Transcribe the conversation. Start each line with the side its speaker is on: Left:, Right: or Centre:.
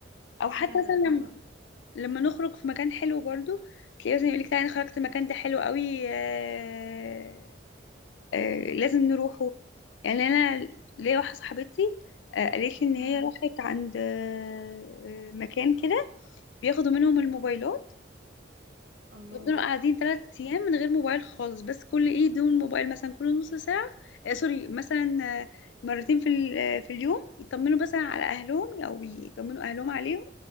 Left: او
Right: فعلا
Left: حتى مثلا
Right: هم دول
Left: لما نخرج في مكان حلو برضو تلاقيه مثلا يقولك تعالى أنا خرجت المكان ده حلو قوي آه آه لازم نروحه يعني انا ليا واحده صاحبتي آه قالت لي ان
Right: امم
Left: هي راحت عند آه آه، مكان كده بياخدوا منهم الموبايلات
Right: الله
Left: يفضلوا قاعدين ثلاث ايام من غير موبايل خالص بس كل ايه دون موبايل مثلا كل نص ساعه آه سوري مثلا آه مرتين في ال- آه، في اليوم يطمنوا مثلا على اهلهم او يطمنوا اهلهم عليهم